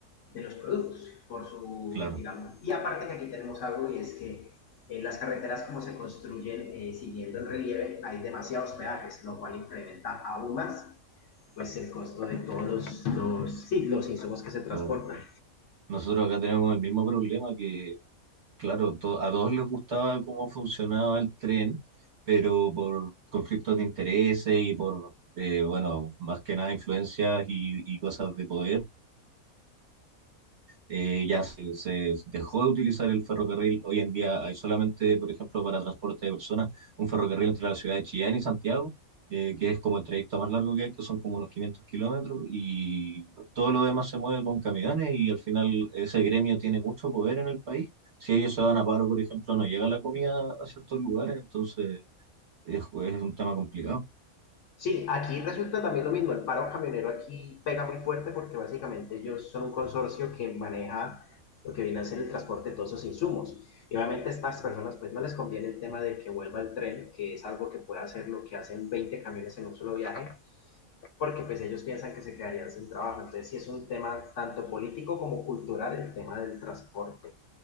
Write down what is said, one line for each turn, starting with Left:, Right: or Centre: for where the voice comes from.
Left: de los productos, por su,
Right: Claro,
Left: digamos. Y aparte que aquí tenemos algo y es que eh, las carreteras como se construyen eh, siguiendo el relieve, hay demasiados peajes, lo cual incrementa aún más pues el costo de todos los, sí, los insumos que se transportan.
Right: claro. Nosotros acá tenemos el mismo problema que Claro, to- a todos les gustaba cómo funcionaba el tren, pero por conflictos de intereses y por, eh, bueno, más que nada influencias y, y cosas de poder eh, ya se, se dejó de utilizar el ferrocarril. Hoy en día hay solamente, por ejemplo, para transporte de personas, un ferrocarril entre la ciudad de Chillán y Santiago, eh, que es como el trayecto más largo que hay, que son como unos 500 kilómetros, y todo lo demás se mueve con camiones y al final ese gremio tiene mucho poder en el país. Si ellos se van a paro, por ejemplo, no llega la comida a ciertos lugares, entonces es, es un tema complicado.
Left: Sí, aquí resulta también lo mismo. El paro camionero aquí pega muy fuerte porque básicamente ellos son un consorcio que maneja lo que viene a ser el transporte de todos esos insumos. Y obviamente a estas personas pues no les conviene el tema de que vuelva el tren, que es algo que puede hacer lo que hacen 20 camiones en un solo viaje, porque pues ellos piensan que se quedarían sin trabajo. Entonces sí es un tema tanto político como cultural el tema del transporte.